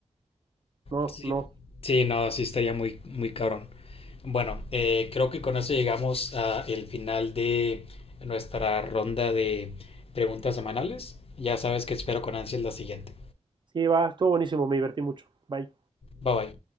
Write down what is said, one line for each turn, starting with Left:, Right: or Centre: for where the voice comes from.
Right: no,
Left: Sí,
Right: no.
Left: sí, no, sí estaría muy, muy cabrón. Bueno, eh, creo que con eso llegamos al final de nuestra ronda de preguntas semanales. Ya sabes que espero con ansias la siguiente.
Right: Sí, va, estuvo buenísimo, me divertí mucho. Bye.
Left: Bye bye.